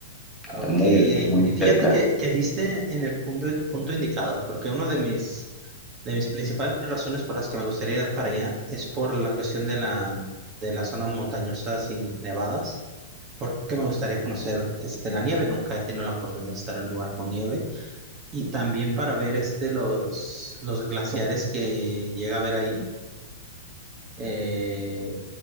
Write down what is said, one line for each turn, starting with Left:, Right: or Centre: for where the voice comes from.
Right: ok.
Centre: Es muy,
Right: Y
Centre: es muy
Right: fíjate
Centre: cerca.
Right: que, que diste en el punto, punto indicado, porque uno de mis, de mis principales razones por las que me gustaría ir para allá es por la cuestión de la, de las zonas montañosas y nevadas, porque me gustaría conocer este, la nieve, nunca he tenido la oportunidad de estar en un lugar con nieve. Y también para ver este, los, los glaciares que llega a ver ahí. Eh,